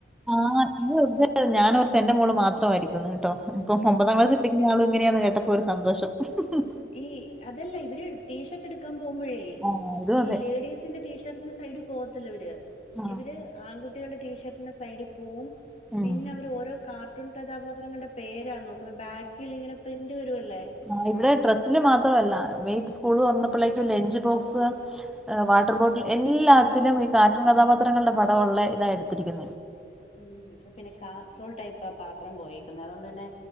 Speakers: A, in the centre; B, on the left.
A: ആ ഇഞ്ഞ് വെർതെ ഞാനോർത്ത് എന്റെ മോള് മാത്രവായിരിക്കുന്ന് കേട്ടോ ഇപ്പൊ ഒമ്പതാം
B: അല്ല
A: ക്ലാസിൽ ന്റെ മോളും ഇങ്ങനെയാന്ന് കേട്ടപ്പോ ഒരു സന്തോഷം ഹ ഹ ഹ
B: ഈ അതല്ല ഇവര് ടീഷർട്ട് എടുക്കാൻ പോകുമ്പോഴേ
A: ആ ഇതും
B: ഈ
A: അതെ
B: ലേഡീസിന്റെ ടീഷർട്ടിന്റെ സൈഡ് പോകത്തില്ലവര്
A: ആ
B: ഇവര് ആൺകുട്ടികളുടെ ടീഷർട്ടിന്റെ സൈഡിൽ പോവും
A: ഉം.
B: പിന്നെ അവർ ഓരോ കാർട്ടൂൺ കഥാപാത്രങ്ങളുടെ പേരാ നോക്കുന്നെ ബാക്കിൽ ഇങ്ങനെ പ്രിന്റ് വരുല്ലേ
A: ആഹ് ഇവരെ ഡ്രസ്സില് മാത്രവല്ല മെയ്റ്റ് സ്കൂള് തുറന്നപ്പോഴേക്ക് ലഞ്ച് ബോക്സ് വാട്ടർ ബോട്ടിൽ എല്ലാത്തിലും ഈ കാർറ്റൂൺ കഥാപാത്രങ്ങളുടെ പടവുള്ളെ ഇതാട്ത്തിരിക്കുന്നെ
B: ഉം ഇവിടെ പിന്നെ കാസ്ട്രോൾ ടൈപ്പ പാത്രം പോയേക്കുന്നത് അതോണ്ട് പിന്നെ